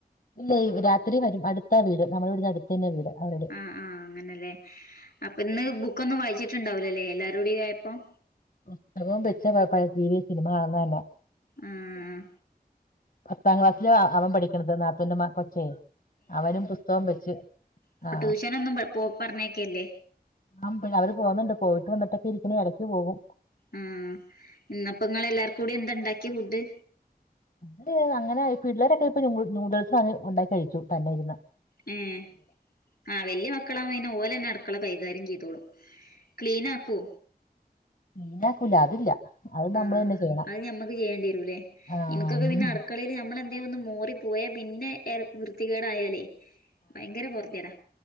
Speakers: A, on the left; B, on the left.
A: ഇല്ലെയ് രാത്രി വരും അട്ത്താ വീട് നമ്മുടെ വീട്ന്റെ അട്ത്തന്നെ വീട് അവര്ടെ
B: ആഹാ അങ്ങനല്ലേ അപ്പോ ഇന്ന്- ബുക്കൊന്നും വായിച്ചിട്ടുണ്ടാവൂലലേ എല്ലാരൂടി ആയപ്പം.
A: പുസ്തകം ബെച്ച പഴസിനിമ കാണനന്നെ.
B: ആഹ്
A: പത്താം ക്ലാസ്സില് അ അവൻ പഠിക്ക്ണത് നാത്തൂന്റെ മ കൊച്ചെ അവനും പുസ്തകം വെച്ച്
B: അപ്പോ
A: ആ
B: ട്യൂഷനൊന്നും പോ- പറഞ്ഞേക്കലില്ലേ?
A: ആഹ് പിന്നെ അവര് പോക്ന്ന്ണ്ട്പ്പോ പോയിട്ട് വന്ന്ട്ടൊക്കെ ഇരിക്ക്ണ് എടക്ക് പോകും
B: ആഹാ ഇന്നപ്പങ്ങളെല്ലാർക്കൂടി, എന്താ ണ്ടാക്കിയെ ഫുഡ്?
A: ഞങ്ങള് അങ്ങനെ പിള്ളേരെക്കെ ഇപ്പ നൂ നൂഡിൽസാണ് ഉണ്ടാക്കി കഴിച്ചു തന്നെ ഇര്ന്ന്
B: ഉം ആഹാ വല്യ മക്കളാവുമ്പൊന്നെ- ഓലെന്നെ അടുക്കള കൈകാര്യം ചെയ്തോളും. ക്ലീൻ ആക്കോ?
A: മെയ്നാക്കുലാ അതില്ല. അത് നമ്മള്
B: ആഹാ
A: തന്നെ ചെയ്യണം
B: അത് ഞമ്മക്ക് ചെയ്യേണ്ടിരുലെ,
A: ആഹ്
B: ഇൻക്കൊക്കെ പിന്നെഅട്- ക്കളെൽ നമ്മളെന്തേയൊന്ന്, മോറിപ്പോയാ പിന്നെ ഏറെ വൃത്തികേടായാലേ. ഭയങ്കര പൊർത്യേടാ